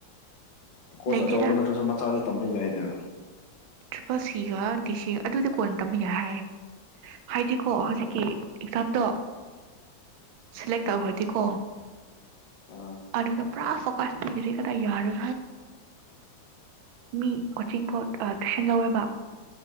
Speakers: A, on the left; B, on the right.
A: ꯀꯣꯔꯁ
B: ꯂꯩꯇꯦꯗ
A: ꯑꯆꯧꯕ ꯅꯠꯇ꯭ꯔꯁꯨ ꯃꯆꯥꯗꯤ ꯄꯠꯇꯝꯕꯗꯏꯗ
B: ꯇꯔꯤꯄꯜ ꯁꯤꯒ ꯗꯤ ꯁꯤꯒ ꯑꯗꯨꯗꯤ ꯀꯣꯟꯅ ꯇꯝꯃꯤ ꯌꯥꯏ ꯍꯥꯏꯌꯦ ꯍꯥꯏꯗꯤꯀꯣ ꯍꯧꯖꯤꯛꯀꯤ
A: ꯑꯥ
B: ꯑꯦꯛꯖꯥꯝꯗꯣ ꯁꯂꯦꯛ ꯇꯧꯈ꯭ꯔꯗꯤꯀꯣ
A: ꯑꯥ
B: ꯑꯗꯨꯗ ꯄꯨꯥ ꯐꯣꯀꯁ ꯊꯦ ꯀꯗꯥ ꯌꯔ ꯃꯤ ꯑꯣꯆꯤꯡꯄꯣꯠ ꯑꯣꯏꯕ